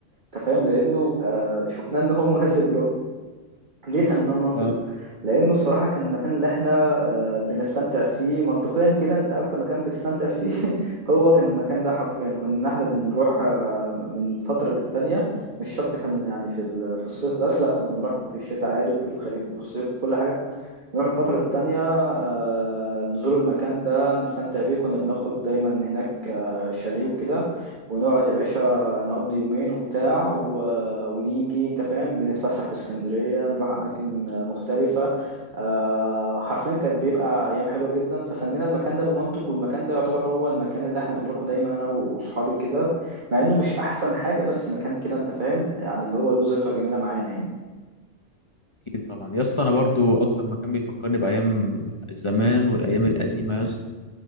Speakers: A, on the right (about 40°); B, on the left (about 25°).
A: انت فاهم لانه آه شفناه ان هو مناسب له ليه سميناه المنطق
B: اه
A: لانه الصراحه كان المكان اللي احنا آه بنستمتع فيه منطقيا كده انت اكتر مكان بتستمتع فيه <laughs> هو كان المكان ده حرفيا كنا احنا بنروح آه من فتره للتانيه مش شرط كان يعني في ال- في الصيف بس لا كنا بنروح في الشتاء عادي وفي الخريف وفي الصيف وكل حاجه نروح من فترة للتانية آه، نزور المكان ده نستمتع بيه كنا بناخد دايما هناك آه، شاليه وكده ونقعد يا باشا نقضي يومين وبتاع و... ونيجي انت فاهم بنتفسح في اسكندرية نروح أماكن آه، مختلفة آه، حرفيا كانت بيبقى أيام حلوة جدا فسمينا المكان ده بالمنطق والمكان ده يعتبر هو المكان اللي احنا بنروحه دايما أنا وصحابي كده مع إنه مش أحسن حاجة بس مكان كده انت فاهم يعني اللي هو له ذكرى جميلة معانا يعني
B: اكيد طبعا يا اسطى انا برضو اكتر مكان بيفكرني بايام زمان والايام القديمه يا اسطى